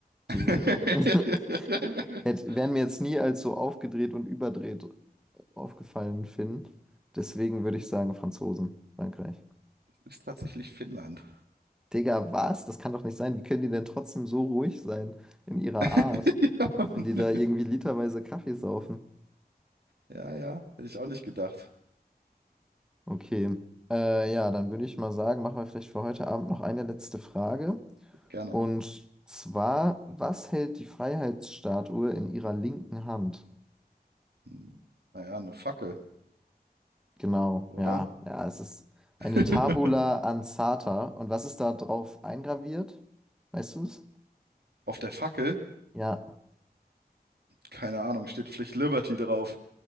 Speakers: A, on the right; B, in the centre.
A: <laughs>
B: Die <laughs> hätte- wären mir jetzt nie als so aufgedreht und überdreht aufgefallen, Finn. Deswegen würde ich sagen, Franzosen, Frankreich.
A: Es Ist tatsächlich Finnland.
B: Digga, was? Das kann doch nicht sein. Wie können die denn trotzdem so ruhig sein in ihrer
A: <laughs>
B: Art,
A: Ja, Mann.
B: wenn die da irgendwie literweise Kaffee saufen?
A: ja, ja, hätte ich auch nicht gedacht.
B: Okay. Äh, ja, dann würde ich mal sagen, machen wir vielleicht für heute Abend noch eine letzte Frage.
A: Gerne.
B: Und zwar, was hält die Freiheitsstatue in ihrer linken Hand?
A: Hm, Naja, eine Fackel,
B: Genau,
A: oder?
B: ja, ja, es ist eine
A: <laughs>
B: Tabula ansata. Und was ist da drauf eingraviert? Weißt du es?
A: Auf der Fackel,
B: Ja.
A: keine Ahnung, steht Pflicht Liberty drauf.